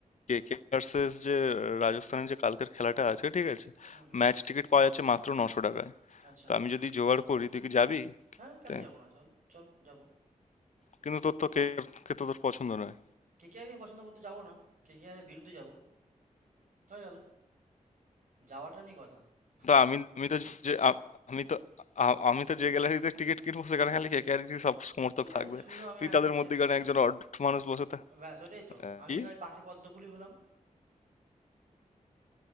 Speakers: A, on the left; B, on the right.
A: কে কে ভার্সেস যে রাজস্থানের যে কালকের খেলাটা আছে ঠিক আছে
B: হুম হুম
A: ম্যাচ টিকিট পাওয়া যাচ্ছে মাত্র নশো টাকায়
B: আচ্ছা
A: তো আমি যদি জোগাড় করি তুই কি যাবি
B: হ্যাঁ কেন
A: তে?
B: যাবো না চল চল যাবো
A: কিন্তু তোর তো কে কে তো তোর পছন্দ নয়
B: কে কে আরকে পছন্দ করতে যাবো না কে কে আর বিরুদ্ধে যাবো হয়ে গেল যাওয়াটা নিয়ে কথা
A: তো আমি
B: <laughs>
A: আমি তো যে আ- আমি তো আ- আমি তো যে গ্যালারিতে টিকিট কিনবো সেখানে খালি কে কে আর সব সমর্থক
B: ঠিক
A: থাকবে
B: আছে শুধু আমি
A: তুই
B: একা
A: তাদের
B: কে কে
A: মধ্যে
B: আর
A: মধ্যেখানে
B: থাকবো
A: একজন
B: না
A: অড মানুষ বসে থাক
B: ব্যাস ওটাই তো
A: কি
B: আমি নয় পাখে পদ্মফুলি হলাম